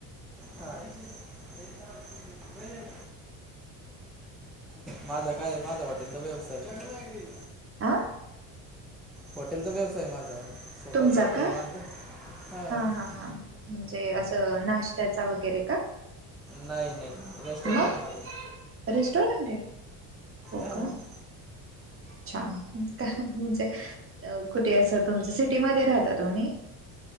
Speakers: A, in the centre; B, on the right (about 30°).
A: हा <unintelligible> नय आला माझा काय माझा हॉटेलचा व्यवसाय ये.
B: हा
A: हॉटेलचा व्यवसाय ये माझा स्वतःचं
B: तुमचा
A: हॉटेल
B: का
A: आहे माझं हां
B: हा हा हा म्हणजे असं नाश्त्याचा वगैरे का?
A: नाही नाही रेस्टोरेंट
B: मग
A: ये माझ
B: रेस्टॉरंट ये हो
A: हां
B: का. छान का म्हणजे अ कुठे असं तुमच सिटीमध्ये राह ता तुम्ही